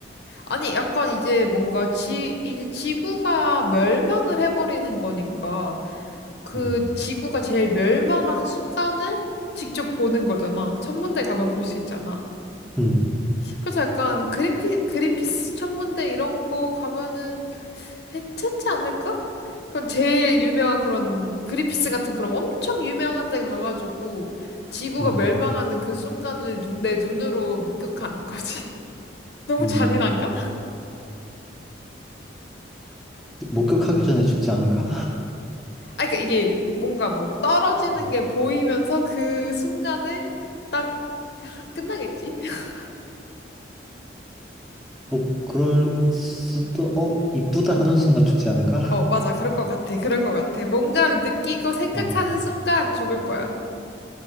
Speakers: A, on the left; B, in the centre.
A: 아니, 약간 이제 뭔가 지, 이제 지구가 멸망을 해버리는 거니까 그
B: 음,
A: 지구가 제일 멸망하는 순간을 직접 보는 거잖아. 천문대 가면 볼 수 있잖아.
B: 음,
A: 그래서 약간 그린피, 그린피스 천문대 이런 거 가면은 그, 괜찮지 않을까? 그럼 제일 유명한 그런 그린피스 같은 그런 엄청 유명한 데 가가지고 지구가
B: 음,
A: 멸망하는 그 순간을 눈, 내 눈으로 목격하는 거지. <laughs> 너무
B: 음.
A: 잔인한가?
B: 목격하기 전에 죽지 않을까?
A: 아, 그러니까 이게 뭔가 뭐 떨어지는
B: <laughs>
A: 게 보이면서 그 순간에 딱 하- 끝나겠지? <laughs>
B: 뭐 그럴 수도 어 이쁘다 하는 순간 죽지 않을까?
A: 어, 맞아. 그럴 것 같아. 그럴 것 같아. 뭔가를 느끼고 생각하는
B: <laughs> 어.
A: 순간 죽을 거야.